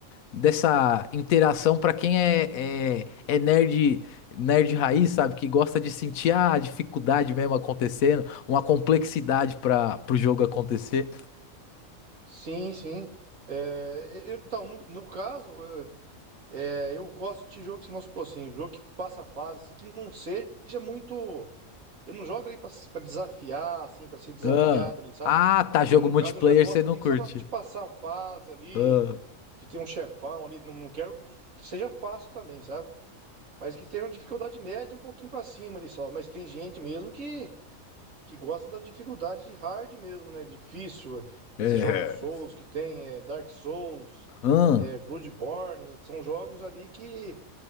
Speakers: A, on the left (about 85°); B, on the right (about 75°).
A: dessa interação para quem é, é, é nerd nerd raiz, sabe? Que gosta de sentir ah, a dificuldade mesmo acontecendo, uma complexidade para pro jogo acontecer.
B: sim, sim. É, e- então, no, no caso, é, É, eu gosto de jogo que se mostra assim, jogo que passa a fase, assim, que não seja muito. Eu não jogo ali pra, pra desafiar, assim, pra ser desafiado
A: Ah,
B: ali, sabe?
A: ah, tá,
B: E
A: jogo
B: hoje, no
A: multiplayer
B: caso, eu já gosto
A: você não
B: ali
A: curte.
B: só pra te passar a fase ali,
A: Ah,
B: de ter um chefão ali. Não, não quero que seja fácil também, sabe? Mas que tenha uma dificuldade média um pouquinho pra cima ali só. Mas tem gente mesmo que, que gosta da dificuldade hard mesmo, né? Difícil.
A: é.
B: Esses jogos Souls que tem, é, Dark Souls,
A: Ah,
B: é, Bloodborne, são jogos ali que.